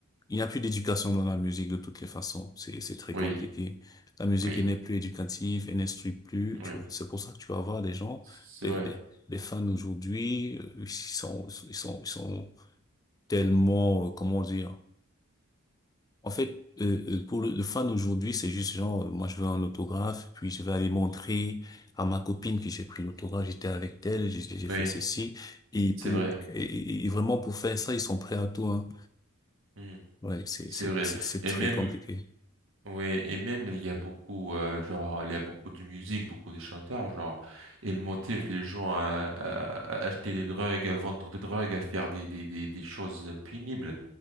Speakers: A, on the left; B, on the right.
A: il n'y a plus d'éducation dans la musique de toutes les façons, c'est c'est très
B: Oui,
A: compliqué. La musique,
B: oui,
A: elle n'est plus éducative, elle n'instruit plus,
B: oui,
A: tu vois, c'est pour ça que tu vas voir des gens,
B: c'est
A: des,
B: vrai,
A: des, des fans aujourd'hui, euh, ils sont, ils sont, ils sont tellement, euh, comment dire, en fait, euh, euh, pour le, le fan aujourd'hui, c'est juste genre, euh, moi je veux un autographe, puis je vais aller montrer à ma copine que j'ai pris l'autographe, j'étais avec elle, j'ai j'ai
B: oui,
A: fait ceci. Et pour
B: c'est vrai,
A: et, et- et vraiment pour faire ça, ils sont prêts à tout, hein.
B: mhm,
A: Ouais, c'est
B: c'est
A: c'est
B: vrai.
A: c'est c'est
B: Et
A: très
B: même,
A: compliqué.
B: ouais, et même il y a beaucoup, euh, genre, il y a beaucoup de musique, beaucoup de chanteurs, genre, ils motivent les gens à, à- à acheter des drogues, à vendre des drogues, à faire des, des, des, des choses pénibles.